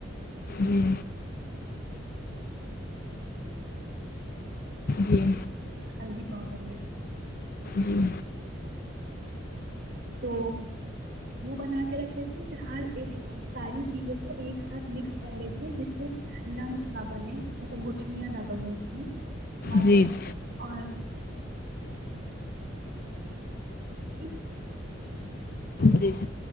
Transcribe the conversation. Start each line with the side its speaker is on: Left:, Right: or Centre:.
Left: جی جی
Right: ہلدی پؤڈلی
Left: جی
Right: تو وہ بنا کے رکھ لیتے پھر ہر ساری چیزوں کو ایک ساتھ مکس کر لیتے جس سے لمس نہ بنے مطلب گٹھلیاں نہ بنے اس میں اور
Left: جی جی
Right: اور پھر
Left: جی